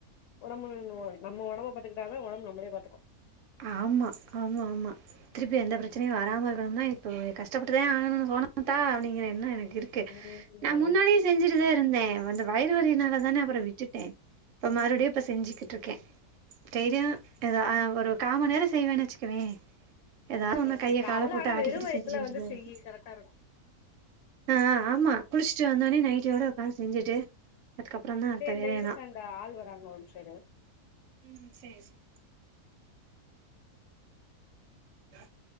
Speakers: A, on the left; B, on the right.
A: உடம்பு நம்ம உடம்ப பாத்துக்கிட்டா உடம்ப நம்மளே பாத்துக்கோ
B: ஆமா ஆமா ஆமா திருப்பி எந்த பிரச்சனையும் வராமல் இருக்கணும்னா இப்போது கஷ்டப்பட்டுதான் ஆகணும்னு சொலமுத்தா அப்படிங்கிற என்ன எனக்கு இருக்கு
A: ம்
B: நான்
A: அத
B: முன்னாடியே சென்சிட்டுதா இருந்த வந்து வயிறு வலினால தானே அப்ரோ விட்டுட இப்ப மறுபடியும் இப்ப செஞ்சுக்கிட்டு இருக்கேன் தைரியம் ஏத ஒரு காம நேரம் செய்வேன்னு வச்சுக்குவேன் ஏதாவது
A: ஓகே
B: ஒன்னு
A: ஓகே
B: கைய
A: கால்ல
B: கால போட்டு
A: ஆனா
B: ஆட்டிக்கிட்டு
A: வெறு வயத்துல
B: செஞ்சுக்கிட்டுதான்
A: வந்து செய்யி
B: இரு
A: கரெக்டா இருக்கு
B: ஆ ஆ ஆமா குளிச்சுட்டு வந்தோனே நைட்டியோட உக்காந்து செஞ்சுட்டு அதுக்கப்புறந்தா அடுத்த
A: சரி இந்த
B: வேலையெல்லா
A: இருக்கு அந்த ஆள் வராங்க ஒருனிமிசோ இரு
B: ம் செர் செர் ஏ